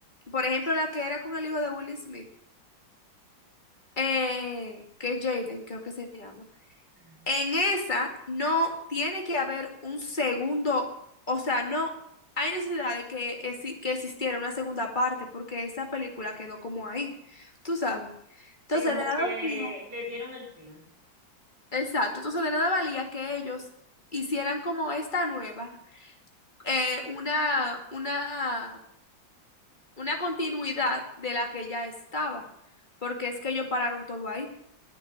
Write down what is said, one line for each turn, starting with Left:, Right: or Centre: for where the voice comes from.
Left: por ejemplo, la que era con el hijo de Will Smith, eh, que es Jaden, creo que se llama,
Right: Ujú.
Left: en esa no tiene que haber un segundo, o sea, no hay necesidad de que, exi- que existiera una segunda parte, porque esa película quedó como ahí, tú sabes. Entonces,
Right: Sí, como
Left: de nada
Right: que
Left: valía.
Right: le dieron el fin.
Left: Exacto, entonces de nada valía que ellos hicieran como esta nueva, eh, una, una, una continuidad de la que ya estaba, porque es que ellos pararon todo ahí.